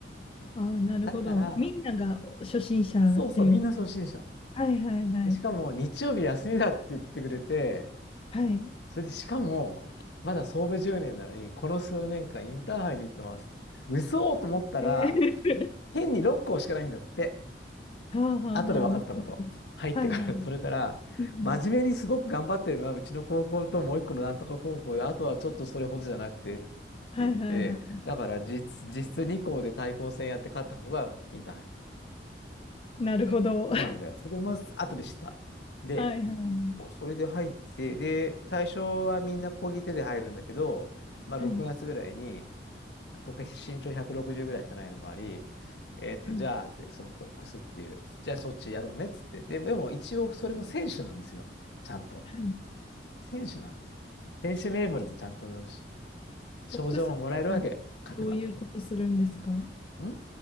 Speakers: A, on the left; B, on the left.
A: うんだったら、
B: ああ、なるほど。みんなが初心者っていうか。
A: そうそう、みんな初心者。
B: はい、はい、はい、
A: でしかも、日曜日休みだって言ってくれて、
B: はい。
A: それでしかも、まだ創部10年なのに、この数年間インターハイに行ってますって。嘘と思ったら、
B: え
A: 変に6校しかないんだって。
B: ー <laughs> はあ、はあ、
A: 後で分かったこと。
B: はあ、なるほど
A: 入ってから、
B: はい、はい。うん
A: <laughs> それから、
B: うん
A: 真面目にすごく頑張ってるのは、うちの高校ともう一個のなんとか高校で、あとはちょっとそれほどじゃなくてって
B: はい、
A: 言って、
B: はい、はい。
A: だから実、実質2校で対抗戦やって勝った方がインターハイ。
B: なるほど。
A: そうなんだよ。
B: <laughs> は
A: それも後で知った。で、
B: い、はい、
A: そうそれで入って、で、最初はみんな漕ぎ手で入るんだけど、まあ、6月ぐらいに、
B: はい、
A: 僕は身長160ぐらいしかないのもあり、えっと、
B: はい、
A: じゃあ、つってそのコックスっていう、じゃあそっちやろうねっつって。で、でも一応それも選手なんですよ。ちゃんと。
B: はい。
A: 選手なんですよ。選手名簿にもちゃんと載るし、賞状ももらえるわけ、
B: フックスっていうのはどういうことするんですか
A: 勝てば。ん